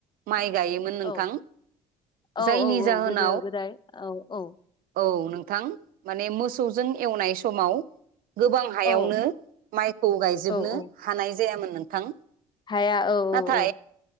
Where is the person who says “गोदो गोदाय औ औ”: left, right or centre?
Left